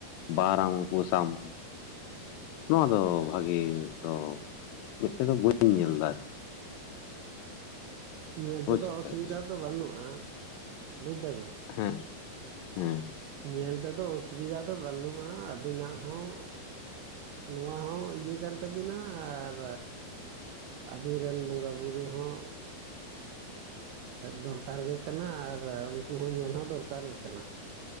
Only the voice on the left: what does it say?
ᱵᱟᱨᱟᱢ ᱩᱯᱟᱹᱥᱟᱢ᱾ ᱱᱚᱣᱟ ᱫᱚ ᱵᱷᱟᱜᱤ ᱫᱚ ᱢᱮᱫᱛᱮ ᱫᱚ ᱵᱟᱹᱧ ᱧᱮᱞ ᱫᱟ ᱟᱨ
ᱵᱩᱡᱽ
ᱠᱮᱫᱟ
ᱦᱮᱸ᱾ ᱦᱮᱸ